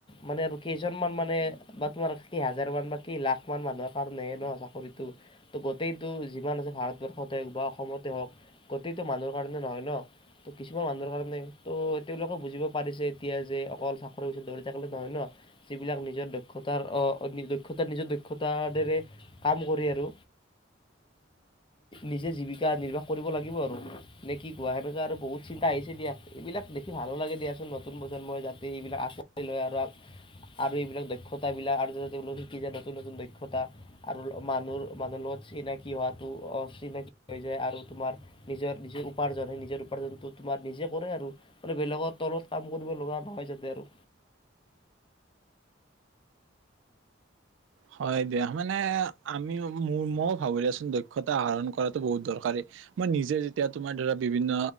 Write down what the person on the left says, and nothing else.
মানে আৰু কেইজনমান মানে বা তোমাৰ কেই হাজাৰমানা বা কেই লাখ মান মানুহৰ কাৰণেহে ন চাকৰিটো ত' গোটেইটো যিমান আছে ভাৰতবৰ্ষতে বা। অসমতে হওক গোটেইটো মানুহৰ কাৰণে নহয় ন ত' কিছুমান মানুহৰ কাৰণে তো তেওঁলোকে বুজিব পাৰিছে এতিয়া যে অকল চাকৰি পইচত ধৌৰি থাকিলে নহয় ন যিবিলাক নিজৰ দক্ষতাৰ দক্ষতা নিজৰ দক্ষতাৰেৰে কাম কৰি আৰুি নিজে জীৱ শিকা নিৰ্বাহ কৰিব লাগিব আৰু নে কি কোৱা সেনেকুৱা আৰু বহুত চিন্তা আহিছে দিয়া এইবিলাক দেখি ভালো লাগে দিয়াচোন নতুন প্ৰজন্মই যাতে এইবিলাক আঁকোৱালি লয় আৰু আৰু এইবিলাক দক্ষতাবিলাক আৰু যাতে তেওঁলোক শিকি যায় নতুন নতুন দক্ষতা আৰু মানুহ মানুহ লগত চিনাকি হোৱাটো অ চিনাকি হৈ যায় আৰু তোমাৰ নিজৰ নিজৰ উপাৰ্জন সেই নিজৰ উপাৰ্জনটো তোমাৰ নিজে কৰে আৰু মো বেলেগৰ তলত কাম কৰিব লগা নহয় যাতে আৰু